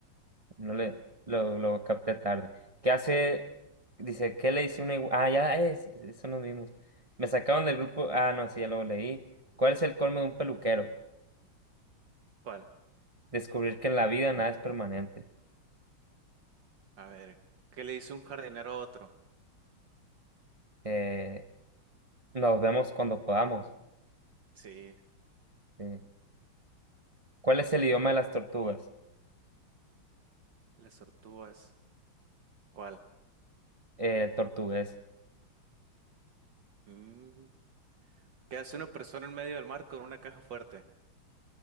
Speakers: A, on the right; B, on the right.
A: No le, lo, lo capté tarde. ¿Qué hace? Dice, ¿qué le hice una igual? Ah, ya eh, es, es- son los mismos. Me sacaron del grupo. Ah, no, sí, ya lo leí. ¿Cuál es el colmo de un peluquero?
B: ¿Cuál?
A: Descubrir que en la vida nada es permanente.
B: A ver. ¿Qué le dice un jardinero a otro?
A: Eh, nos vemos cuando podamos.
B: Sí,
A: Eh, ¿cuál es el idioma de las tortugas?
B: las tortugas. ¿Cuál?
A: Eh, el tortugués.
B: Mm, ¿Qué hace una persona en medio del mar con una caja fuerte?